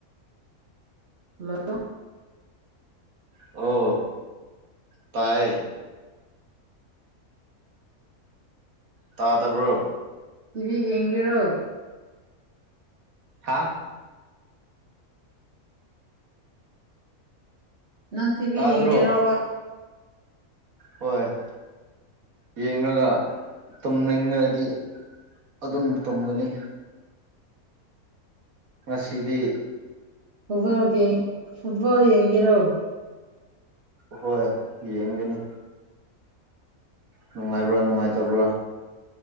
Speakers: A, on the right; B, on the right.
A: ꯍꯜꯂꯣ
B: ꯑꯣ ꯇꯥꯏ ꯇꯥꯗꯕ꯭ꯔꯣ
A: ꯇꯤꯚꯤ ꯌꯦꯡꯒꯦꯔꯣ
B: ꯍꯥꯥ
A: ꯅꯪ ꯇꯤꯚꯤ
B: ꯇꯥꯗ꯭ꯔꯣ
A: ꯌꯦꯡꯒꯦꯔꯣꯕ
B: ꯍꯣꯏ ꯌꯦꯡꯂꯒ ꯇꯨꯝꯅꯤꯡꯉꯗꯤ ꯑꯗꯨꯝ ꯇꯨꯝꯒꯅꯤ ꯉꯁꯤꯗꯤ
A: <unintelligible> ꯒꯤ ꯐꯨꯠꯕꯣꯜ ꯌꯦꯡꯒꯦꯔꯣ
B: ꯍꯣꯏ ꯌꯦꯡꯒꯅꯤ ꯅꯨꯡꯉꯥꯏꯕ꯭ꯔꯥ ꯅꯨꯡꯉꯥꯏꯇꯕ꯭ꯔꯥ